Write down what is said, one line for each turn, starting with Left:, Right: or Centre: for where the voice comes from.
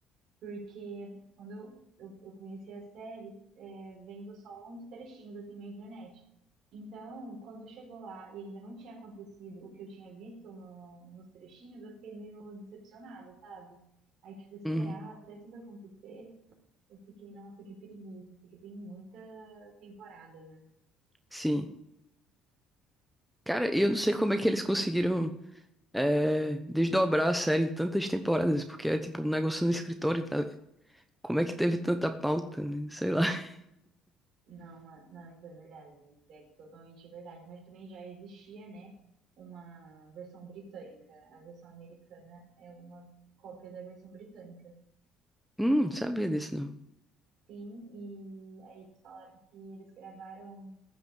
Right: Porque quando eu, eu, eu conheci a série, é, vendo só uns trechinhos assim na internet. Então, quando chegou lá e ainda não tinha acontecido o que eu tinha visto no, nos trechinhos, eu fiquei meio decepcionada, sabe? Aí, tipo, esperar
Centre: Uhum,
Right: até tudo acontecer, eu fiquei, nossa, que preguiça, porque tem muita temporada, né?
Centre: sim. Cara, eu não sei como é que eles conseguiram é, desdobrar a série em tantas temporadas, porque é tipo um negócio no escritório, tá? Como é que teve tanta pauta, né? Sei lá. <laughs>
Right: Não, ma- não, isso é verdade, isso é totalmente verdade. Mas também já existia, né, uma versão britânica. A versão americana é uma cópia da versão britânica.
Centre: Hum, não sabia disso não.
Right: Sim, e aí eles falaram que eles gravaram